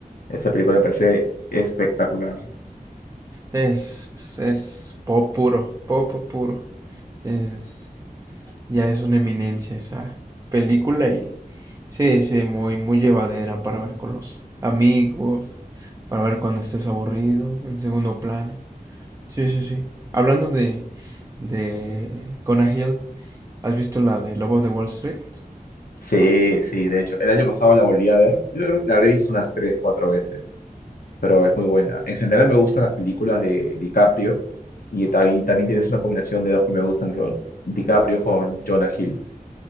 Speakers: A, on the left (about 70°); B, on the right (about 20°).
A: Esa película me parece espectacular.
B: Es, es pop puro. Pop puro. Es, ya es una eminencia esa película y sí, sí, muy, muy llevadera para ver con los amigos, para ver cuando estés aburrido, en segundo plano. Sí, sí, sí. Hablando de, de Conah Hill, ¿Has visto la de Lobo de Wall Street?
A: Sí, sí, de hecho, el año pasado la volví a ver. Yo creo que la habré visto unas tres, cuatro veces, pero es muy buena. En general me gustan las películas de DiCaprio y también, también tienes una combinación de dos que me gustan, que son DiCaprio con Jonah Hill.